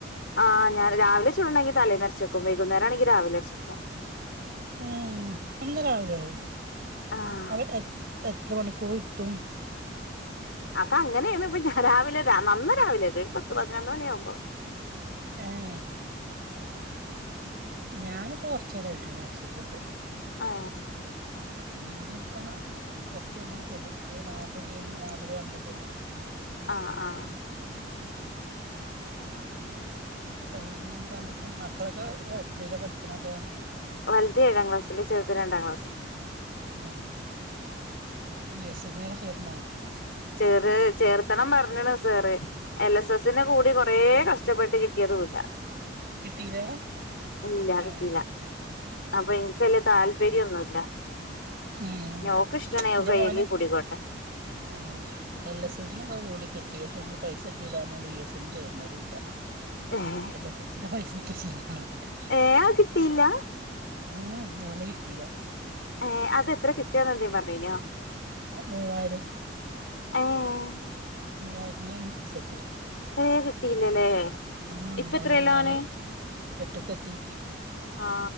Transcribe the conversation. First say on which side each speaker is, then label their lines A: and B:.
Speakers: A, on the left; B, on the right.
A: ആ ഞാന് രാവിലെ ചൂടണ്ടെങ്കിൽ തലേന്നരച്ചെക്കും വൈകുന്നേരം ആണെങ്കിൽ രാവിലെ അരച്ചെക്കും
B: ഉം അന്ന് രാവിലെ
A: ആഹ്
B: അവിടെ എത്ര മണിക്കൂറിട്ടും
A: അപ്പ അങ്ങനെയാണ് ഇപ്പ ഞ രാവിലെ ല്ല നന്ന രാവിലല്ല ഒരുപത്ത്പത്ത ന്നൊണ്യ യാമ്പൊ
B: ഏ ഞാനിപ്പൊറച്ചേരായിട്ടുള്ളൂ അരച്ച് വച്ചിട്ട്
A: ആ
B: ഇനിപ്പ കുറ്ച്ചഴിമ്പം ചുടും നാല്ണികഴ നാലര ആമ്പ ചുടും
A: ആ ആ
B: പെ എന്താണപ്പ മക്കളൊക്കെ എത്രീല പഠിക്കണത്
A: വലുത് ഏഴാം ക്ലാസില്ല് ചെറുത് രണ്ടാം ക്ലാസ്സ്
B: ആ ഇ എസ് എസി ന് ചേർന്നോ
A: ചെറ് ചേർത്തണം പറഞ്ഞണ് സാറ് എൽ എസ് എസിന് കൂടി കൊറേ കഷ്ടപ്പെട്ട് കിട്ട്യതുല്ല
B: കിട്ടീലാ
A: ഇല്ല
B: ആഹ്
A: കിട്ടീല അപ്പൊ എനിക്ക് വെല്യ താല്പര്യൊന്നുല്ല
B: ഉം
A: ഓക്ക് ഇഷ്ടാണെ ഓക്ക്
B: ന്റെമോന്
A: കയ്യെങ്കി കൂടിക്കോട്ടെ
B: ആ എൽ എസ് എസിനൊക്കെ കൂടി കിട്ടി പക്ഷെ പൈസ കിട്ടിലന്നറഞ്ഞ് യു എസ്സിന് ചേർന്നതൂല്ല
A: ഏഹ്
B: എല്ലസ്സെസിന്റെ പൈസ <unintelligible>
A: ഏഹ് അത് കിട്ടിയില്ല
B: ഉം ഓന് കിട്ടീല്ല
A: ഏഹ് അത് എത്ര കിട്ടിയാന്ന് എന്തേു പറഞ്ഞെനോ
B: ആ മൂവായിരം
A: ഏഹ്
B: മൂവായിരത്ന് അഞ്ച് സൈ
A: <unintelligible> കിട്ടിയില്ലല്ലേ
B: ഉം
A: ഇപ്പ
B: അയിന്
A: എത്രേലാണ്
B: പിന്നെ ഓന് എട്ട്ക്കെത്തി
A: ആ